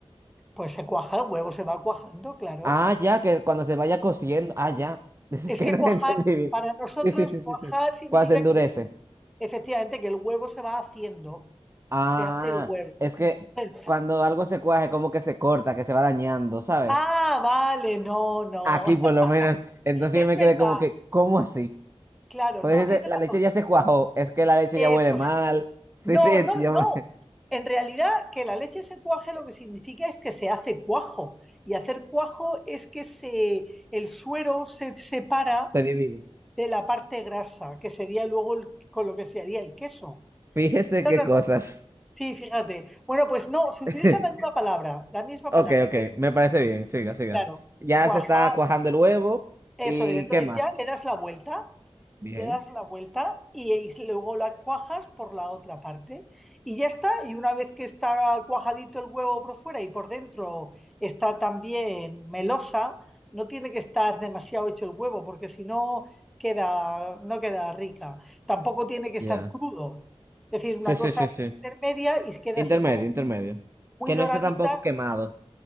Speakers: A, in the centre; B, on the right (about 25°).
A: Pues se cuaja el huevo, se va cuajando, claro.
B: Ah, ya, que cuando se vaya cociendo. Ah, ya. <laughs> Es
A: Es
B: que
A: que
B: no
A: cuajar,
B: <laughs> entendí bien.
A: para nosotros,
B: Sí, sí, sí,
A: cuajar
B: sí, sí.
A: significa
B: Cuando se endurece.
A: que efectivamente que el huevo se va haciendo,
B: Ah,
A: se hace el huevo.
B: es que
A: Eso.
B: cuando algo se cuaje, como que se corta, que se va dañando, ¿sabes?
A: Ah, vale, no, no.
B: Aquí por
A: <laughs>
B: lo menos. Entonces
A: Es
B: yo me
A: verdad,
B: quedé como que, ¿cómo así?
A: claro,
B: Porque
A: no,
B: si
A: tienes
B: se- la
A: razón.
B: leche ya se cuajó, es que la leche
A: Eso
B: ya huele mal.
A: es.
B: Sí,
A: No,
B: sí,
A: no,
B: yo
A: no.
B: me... <laughs>
A: En realidad, que la leche se cuaje lo que significa es que se hace cuajo. Y hacer cuajo es que se, el suero se separa
B: Te adivino.
A: de la parte grasa, que sería luego el- con lo que se haría el queso.
B: Fíjese
A: No,
B: qué
A: no,
B: cosas.
A: no. Sí, fíjate. Bueno, pues no, se utiliza
B: <laughs>
A: la misma palabra, la misma
B: Ok,
A: palabra,
B: ok,
A: que es,
B: me parece bien, siga, siga.
A: claro,
B: Ya
A: cuajar,
B: se está cuajando el huevo
A: eso
B: y
A: es. Entonces
B: ¿qué más?
A: ya le das la vuelta,
B: Bien,
A: le das la vuelta y, y luego la cuajas por la otra parte. Y ya está, y una vez que está cuajadito el huevo por fuera y por dentro está también melosa, no tiene que estar demasiado hecho el huevo, porque si no queda, no queda rica. Tampoco tiene que estar
B: ya.
A: crudo. Es decir,
B: Sí,
A: una cosa
B: sí, sí, sí.
A: intermedia y queda
B: Intermedio,
A: así como
B: intermedio.
A: muy, muy
B: Que
A: doradita
B: no esté tampoco quemado.